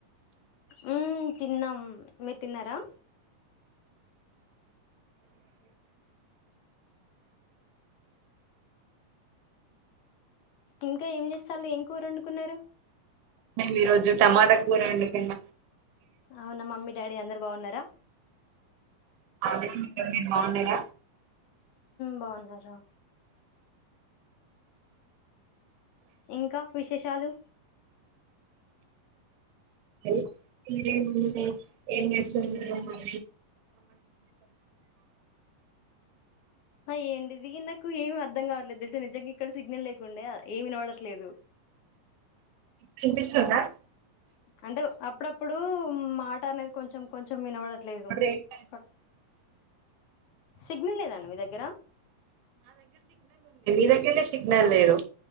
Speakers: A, on the left; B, on the right.
A: ఉ తిన్నాం మీరు తిన్నారా ఇంకా ఏం చేస్తాలో ఏం కూరండుకున్నారు
B: మేము ఈ రోజు టమాటా కూర వండుకున్న
A: అవునా మమ్మీ డాడీ అందరు బాగున్నారా
B: అ
A: బాగున్నారు ఇంకా విశేషాలు
B: ఏ ఇంకేముంది ఏంచేస్తున్నారు
A: అ ఏండి దిగి నాకు ఏమి అర్థం కావట్లేదు తెలిస నిజంగా ఇక్కడ సిగ్నల్ లేకుండడా ఏమి నవడట్లేదు
B: ఇప్పుడు వినిపిస్తుందా
A: అంటే అప్పుడప్పుడు మాట అనేది కొంచెం కొంచెం వినబడ ట్లేదు
B: బ్రేక్ అయి-
A: కొట్ సిగ్నల్ లేదండి మీ దగ్గర
B: ఇక సిగ్నల్ లే